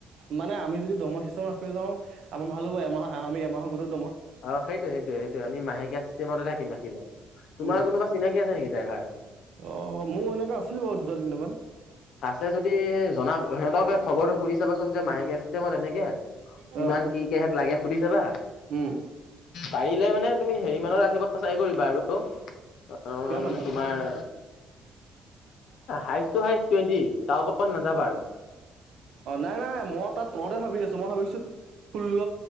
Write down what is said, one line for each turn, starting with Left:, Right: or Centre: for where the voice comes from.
Right: মানে আমি যদি দৰ্মহা চিষ্টেমত ৰাখিব যাওঁ, আমাৰ ভাল হ'ব এমাহ আমি এমাহৰ মূৰত
Left: অ', সেইটোৱে-সেইটোৱে-সেইটোৱে আমি মাহেকীয়া চিষ্টেমতে ৰাখিম ৰাখিলে। তোমাৰ
Right: উম
Left: কোনোবা চিনাকি আছে নেকি ড্ৰাইভাৰ?
Right: অ' মোৰ এনেকে আছিলি বাৰু দুটা তিনিটা মান।
Left: আছে যদি জনাব, সিহঁতক খবৰটো সুধি চাবাচোন যে মাহেকীয়া চিষ্টেমত এনেকে কিমান
Right: অ
Left: কি কিহত লাগে সুধি চাবা
Right: উম।
Left: পাৰিলে মানে তুমি হেৰি মানত ৰাখিব চাই কৰিবা আৰু কাৰণ
Right: কিমান মানত
Left: তোমাৰ হাইষ্ট টু হাইষ্ট টুৱেণ্টি। তাৰ ওপৰত নাযাবা আৰু।
Right: অ', নাই-নাই মই তাত তলতে ভাবি আছোঁ মই ভাবিছোঁ ষোল্ল,